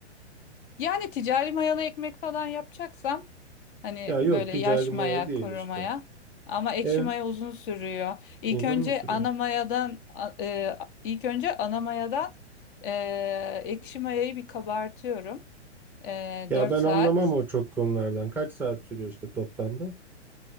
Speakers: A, on the left; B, in the centre.
A: Yani ticari mayalı ekmek falan yapacaksam Hani
B: Ya yok
A: böyle
B: ticari
A: yaş
B: maya
A: maya,
B: değil
A: kuru
B: işte.
A: maya. Ama ekşi
B: Ev
A: maya uzun sürüyor. İlk
B: uzun
A: önce
B: mu sürüyor?
A: ana mayadan a- e, ilk önce ana mayadan e, ekşi mayayı bir kabartıyorum. E,
B: Ya
A: 4
B: ben
A: saat.
B: anlamam o çok konulardan. Kaç saat sürüyor işte toplamda?